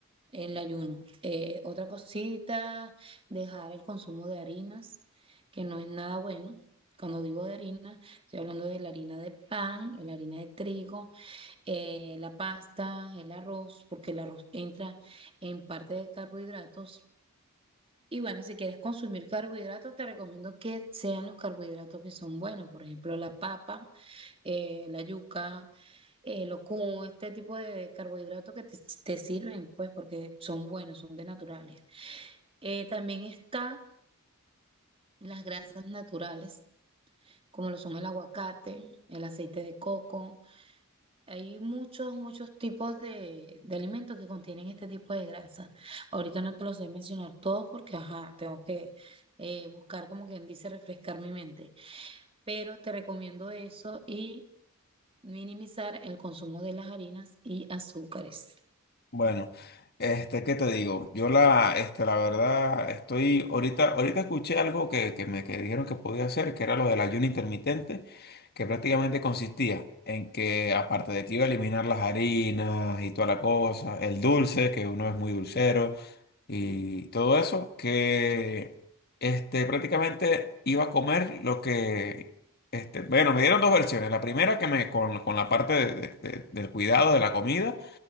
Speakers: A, on the right; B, on the left.
A: el ayuno. Eh, otra cosita, dejar el consumo de harinas, que no es nada bueno. Cuando digo de harina, estoy hablando de la harina de pan, la harina de trigo, eh, la pasta, el arroz, porque el arroz entra en parte de carbohidratos. Y bueno, si quieres consumir carbohidratos, te recomiendo que sean los carbohidratos que son buenos, por ejemplo, la papa, eh, la yuca, eh, locum, este tipo de de carbohidratos que te, te sirven, pues, porque son buenos, son de naturales. Eh, también está las grasas naturales, como lo son el aguacate, el aceite de coco. Hay muchos, muchos tipos de, de alimentos que contienen este tipo de grasa. Ahorita no te los sé mencionar todos porque, ajá, tengo que eh, buscar, como quien dice, refrescar mi mente. Pero te recomiendo eso y minimizar el consumo de las harinas y azúcares.
B: Bueno, este, ¿qué te digo? Yo la, este, la verdad, estoy, ahorita, ahorita escuché algo que, que me que dijeron que podía hacer, que era lo del ayuno intermitente, que prácticamente consistía en que, aparte de que iba a eliminar las harinas y toda la cosa, el dulce, que uno es muy dulcero, y todo eso, que, este, prácticamente iba a comer lo que, este, bueno, me dieron dos versiones. La primera que me, con, con la parte de- de- de- del cuidado de la comida